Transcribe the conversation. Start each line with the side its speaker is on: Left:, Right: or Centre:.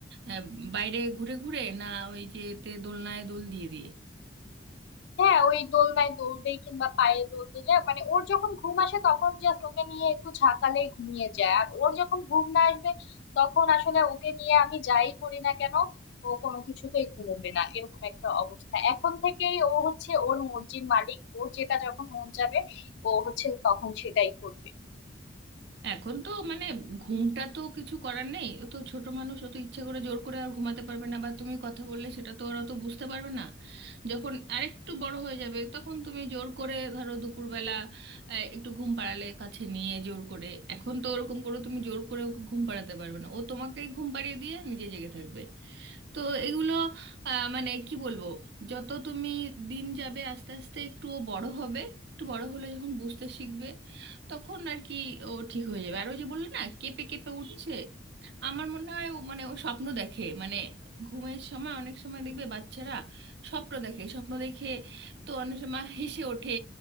Right: আহ, বাইরে ঘুরে ঘুরে না ওই যে তে দোলনায় দোল দিয়ে দিয়ে
Left: হ্যাঁ ওই দোলনায় দোল দেই কিংবা পায়ে দোল দিলে মানে ওর যখন ঘুম আসে তখন জাস্ট ওকে নিয়ে একটু ঝাঁকালেই ঘুমিয়ে যায় আর ওর যখন ঘুম না আসবে তখন আসলে ওকে নিয়ে আমি যাই করি না কেন ও কোনো কিছুতেই ঘুমোবে না এরকম একটা অবস্থা এখন থেকেই ও হচ্ছে ওর মর্জির মালিক ওর যেটা যখন মন যাবে ও হচ্ছে তখন সেটাই করবে
Right: এখন তো মানে ঘুমটা তো কিছু করার নেই ও তো ছোট মানুষ ও তো ইচ্ছে করে জোর করে আর ঘুমাতে পারবে না বা তুমি কথা বললে সেটা তো ওরা তো বুঝতে পারবে না যখন আরেকটু বড় হয়ে যাবে তখন তুমি জোর করে ধরো দুপুরবেলা আহ, একটু ঘুম পাড়ালে কাছে নিয়ে জোর করে এখন তো ওরকম করে তুমি জোর করে ওকে ঘুম পাড়াতে পারবে না ও তোমাকেই ঘুম পাড়িয়ে দিয়ে নিজে জেগে থাকবে তো এগুলো আহ, মানে কি বলবো যত তুমি দিন যাবে আস্তে আস্তে একটু ও বড় হবে একটু বড় হলে যখন বুঝতে শিখবে তখন আর কি ও ঠিক হয়ে যাবে আর ওই যে বললে না কেঁপে কেঁপে উঠছে আমার মনে হয় ও মানে ও স্বপ্ন দেখে মানে ঘুমের সময় অনেক সময় দেখবে বাচ্চারা স্বপ্ন দেখে স্বপ্ন দেখে তো অনেক সময় হেসে ওঠে